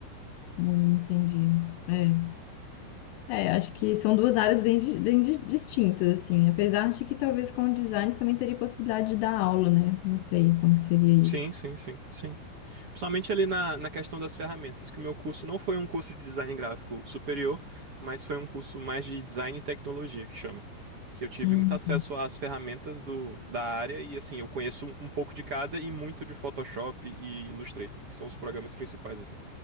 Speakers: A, on the left; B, on the right.
A: Hum, entendi. É. É, acho que são duas áreas bem, di- bem di- distintas, assim. Apesar de que talvez com o design você também teria possibilidade de dar aula, né? Não sei como que seria
B: Sim,
A: isso.
B: sim, sim, sim. Principalmente ali na, na questão das ferramentas, que o meu curso não foi um curso de design gráfico superior, mas foi um curso mais de design e tecnologia, que chama. Que eu tive
A: Hum.
B: muito acesso às ferramentas do, da área e, assim, eu conheço um um pouco de cada e muito de Photoshop e Illustrator, que são os programas principais, assim.